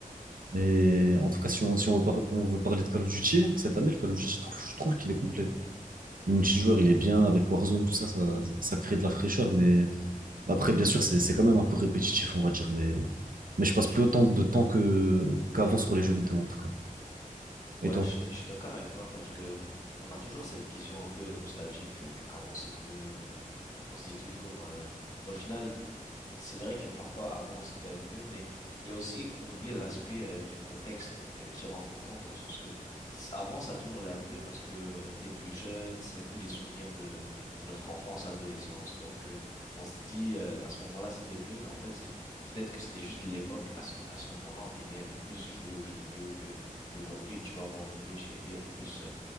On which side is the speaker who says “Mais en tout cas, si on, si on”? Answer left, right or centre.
Right